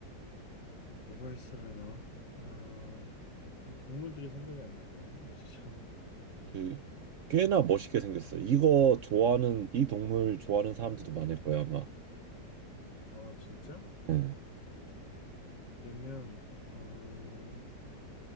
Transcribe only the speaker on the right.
그 꽤나 멋있게 생겼어. 이거 좋아하는 이 동물 좋아하는 사람들도 많을 거야 아마.
응.